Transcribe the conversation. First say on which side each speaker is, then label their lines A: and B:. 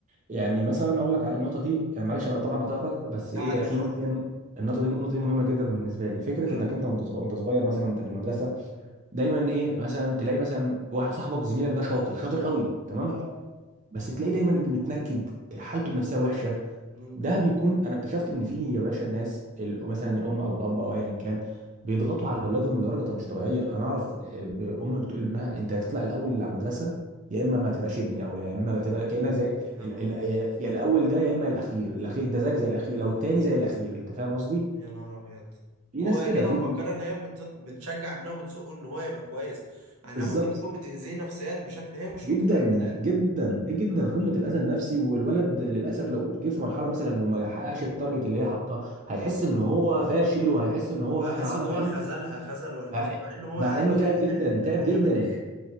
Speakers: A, on the right; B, on the right.
A: يعني مثلا اقول لك على النقطه دي يعني معلش انا طبعا قطعتك بس
B: لا
A: ايه
B: عادي
A: عشان
B: يا باشا
A: النقطه
B: ولا
A: دي
B: يهمك
A: النقطه دي النقطه دي مهمه جدا بالنسبه لي فكره
B: اه
A: انك انت وانت صغير وانت صغير مثلا وانت في المدرسه دايما ايه مثلا تلاقي مثلا واحد صاحبك زميلك ده شاطر شاطر قوي تمام
B: اه
A: بس تلاقيه دايما متنكد حالته النفسيه وحشه
B: امم
A: ده بيكون انا اكتشفت ان في يا باشا الناس ال- مثلا الام او الاب او ايا كان بيضغطوا على اولادهم لدرجه طب مش طبيعيه انا اعرف آه، ب- ام بتقول لابنها انت يا تطلع الاول على المدرسه يا اما ما تبقاش ابني او يا اما ما
B: يا
A: تبقى
B: نهار
A: كانك
B: ابيض
A: زي
B: يا
A: ال-
B: نهار
A: ال- يا
B: ابيض
A: يا الاول ده يا اما الاخير الاخير انت زيك زي الاخير لو التاني زي الاخير انت فاهم قصدي
B: يا نهار ابيض
A: في
B: هو
A: ناس كده
B: كده
A: في
B: مفكره ان هي بت- بتشجع ابنها وبتزقه ان هو يبقى كويس انا
A: بالظبط
B: ممكن تكون بتاذيه نفسيا بشكل هي مش
A: جدا
B: متخيلاه
A: جدا ايه جدا
B: اه
A: قمه الاذى النفسي والولد للاسف لو جه في مرحله مثلا وما يحققش التارجت اللي هي حاطاه هيحس ان هو فاشل وهيحس ان هو
B: وهحس
A: مهما عمل
B: ان هو
A: مع انه
B: خذلها خذل والدته
A: مع,
B: مع ان هو
A: مع
B: يعني
A: انه تعب
B: هي-
A: جدا
B: يعني
A: تعب جدا
B: هيعمل ايه